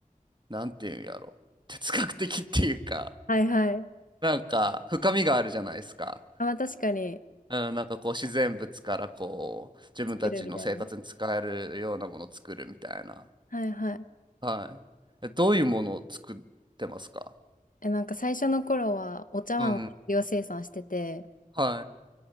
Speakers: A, on the right; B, on the left.
A: なんていうんやろ哲学的っていうか
B: はい。はい
A: <laughs> なんか深みがあるじゃないですか。
B: あ、まあ確かに
A: うん、なんかこう自然物からこう自分たちの生活に使えるようなものを作るみたいな。
B: 作るみたいな。はいはい。
A: はい。え、どういうものを作ってますか
B: え、なんか最初の頃はお茶碗を大量生産してて、
A: うん。はい。